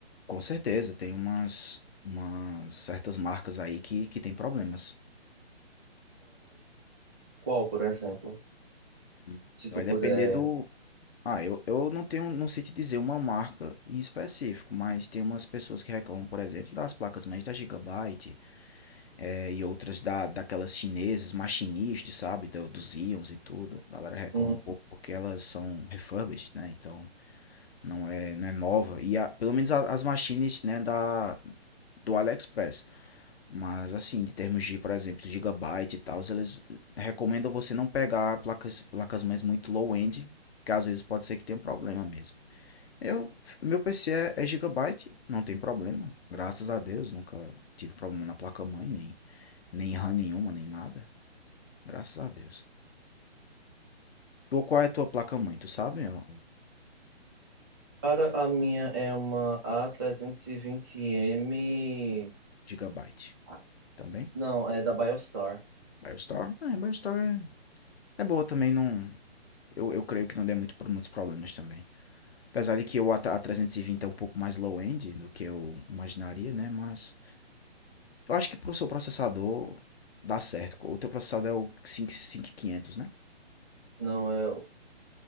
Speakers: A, on the left; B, on the right.
A: com certeza, tem umas, umas certas marcas aí que, que tem problemas.
B: Qual, por exemplo?
A: Hum.
B: Se
A: Vai
B: tu
A: depender
B: puder.
A: do, Ah, eu, eu não tenho, não sei te dizer uma marca em específico, mas tem umas pessoas que reclamam, por exemplo, das placas mães da Gigabyte, eh, e outras da, daquelas chinesas, machinistas, sabe, do- dos íons e tudo. A galera reclama
B: Hum,
A: um pouco porque elas são refurbished, né? Então não é, não é nova. E a- pelo menos a- as machines, né, da, do AliExpress. Mas assim, em termos de, por exemplo, Gigabyte e tal, eles recomendam você não pegar placas, placas mães muito low-end, porque às vezes pode ser que tenha um problema mesmo. Eu, meu PC é, é gigabyte, não tem problema. Graças a Deus, nunca tive problema na placa-mãe, nem, nem RAM nenhuma, nem nada. Graças a Deus. Tu, qual é a tua placa-mãe? Tu sabe? ó, o
B: Cara, a minha é uma A320M.
A: Gigabyte
B: Ah,
A: também?
B: Não, é da Biostar.
A: BioStore? É, BioStore é, é boa também, não... Eu, eu creio que não dê muito, muitos problemas também. Apesar de que o A- A320 é um pouco mais low-end do que eu imaginaria, né? Mas eu acho que pro seu processador dá certo. O teu processador é o 5- 5500, né?
B: Não, é. o-